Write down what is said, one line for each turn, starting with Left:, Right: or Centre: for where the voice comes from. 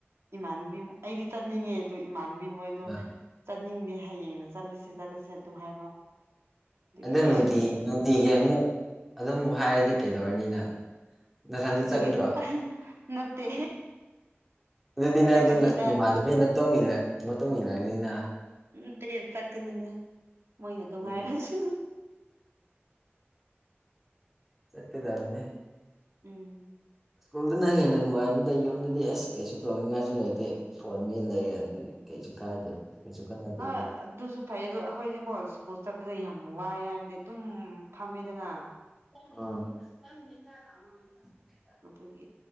Right: ꯏꯃꯥꯟꯅꯕꯤ ꯑꯩꯗꯤ ꯆꯠꯅꯤꯡꯉꯦ ꯑꯗꯣ ꯏꯃꯥꯟꯅꯕꯤ ꯃꯣꯏꯗꯣ
Centre: ꯑꯥ
Right: ꯆꯠꯅꯤꯡꯗꯦ ꯍꯌꯦꯡꯅ ꯆꯠꯂꯁꯦ ꯆꯠꯂꯁꯦ ꯑꯗꯨꯝ ꯍꯥꯏꯕ ꯑꯗꯨꯒꯤ
Centre: ꯑꯗꯨ
Right: ꯑꯩꯁꯨ
Centre: ꯅꯨꯡꯇꯤ ꯅꯨꯡꯇꯤꯒꯤ ꯑꯃꯨꯛ ꯑꯗꯨꯝ ꯍꯥꯏꯔꯗꯤ ꯀꯩꯗꯧꯔꯅꯤ ꯅꯪ ꯅꯊꯟꯇ
Right: ꯑꯗꯨꯒꯤ
Centre: ꯆꯠꯀꯗ꯭ꯔꯣ
Right: ꯅꯠꯇꯦ
Centre: ꯑꯗꯨꯗꯤ ꯅꯪꯁꯨ
Right: ꯆꯠꯀꯅꯤꯗ
Centre: ꯅꯃꯥꯅꯕꯤꯅ ꯃꯇꯨꯡ ꯏꯜꯂꯦ ꯃꯇꯨꯡ ꯏꯂꯕꯅꯤꯅ
Right: ꯎꯝ ꯇꯦ ꯆꯠꯀꯅꯤꯗ ꯃꯣꯏꯅ ꯑꯗꯨ
Centre: ꯎꯝ
Right: ꯍꯥꯏꯔꯁꯨ
Centre: ꯆꯠꯀꯗꯕꯅꯦ
Right: ꯎꯝ
Centre: ꯁ꯭ꯀꯨꯜꯗꯅ ꯍꯦꯟꯅ ꯅꯨꯡꯉꯥꯏꯕꯅꯤꯗ ꯌꯨꯝꯗꯗꯤ ꯑꯁ ꯀꯩꯁꯨ ꯇꯧꯅꯤꯡꯉꯥꯏꯁꯨ ꯂꯩꯇꯦ ꯐꯣꯟ ꯃꯦꯠ ꯂꯩꯔꯦ ꯑꯗꯨꯅꯤ ꯀꯩꯁꯨ ꯀꯥꯏꯗꯦꯕ ꯀꯩꯁꯨ ꯀꯥꯟꯅꯗꯦꯕ
Right: ꯑꯥ ꯑꯗꯨꯁꯨ ꯐꯩ ꯑꯗꯨ ꯑꯈꯣꯏꯗꯤꯀꯣ ꯁ꯭ꯀꯨꯜ ꯆꯠꯄꯗ ꯌꯥꯝ ꯋꯥꯏ ꯍꯥꯏ ꯑꯗꯨꯝ ꯐꯝꯃꯦꯗꯅ
Centre: ꯑꯥ
Right: ꯑꯗꯨꯒꯤ